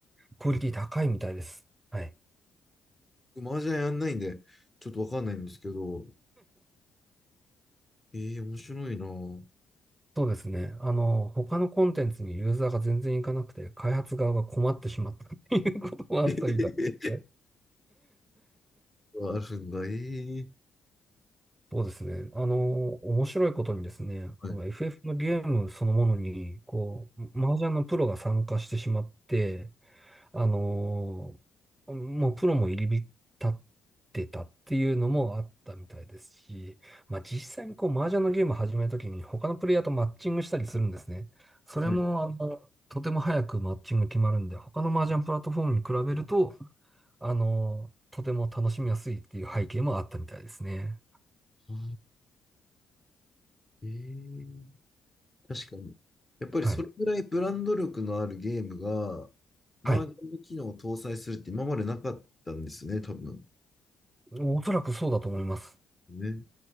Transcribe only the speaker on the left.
麻雀やんないんで、ちょっとわかんないんですけど、えー、面白いなぁ。
<laughs> あるんだ、えー。
はい。
はい。
あーえー確かに。やっぱりそれぐらいブランド力のあるゲームが、
バージョンの機能を搭載するって今までなかったんですね、多分。
ね。